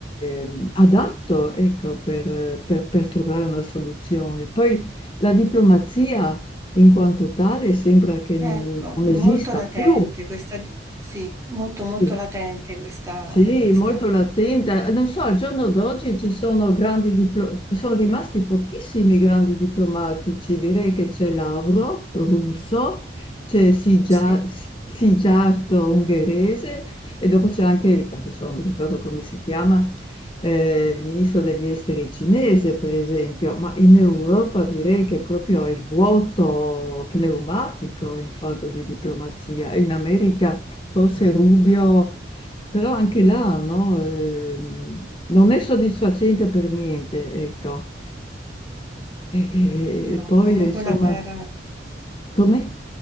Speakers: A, on the left (about 30°); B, on the right (about 15°).
A: eh, adatto, ecco, per, eh, per- per trovare una soluzione. Poi la diplomazia in quanto tale sembra che
B: ecco,
A: n- non
B: molto
A: esista
B: latente
A: più.
B: questa, sì, molto
A: Sì.
B: molto latente questa,
A: Sì,
B: questa,
A: molto latente. Eh, Non so, al giorno d'oggi ci sono grandi diplo- sono rimasti pochissimi grandi diplomatici. Direi che c'è Lavrov, russo, c'è Sigia-
B: sì,
A: Sijarto, ungherese, e dopo c'è anche, adesso non mi ricordo come si chiama, eh, il ministro degli esteri cinese, per esempio. Ma in Europa direi che proprio è il vuoto pneumatico in fatto di diplomazia. In America forse Rubio però anche là, no, ehm, non è soddisfacente per niente, ecco. E, e-
B: no,
A: e poi,
B: comunque
A: insomma,
B: una guerra,
A: come?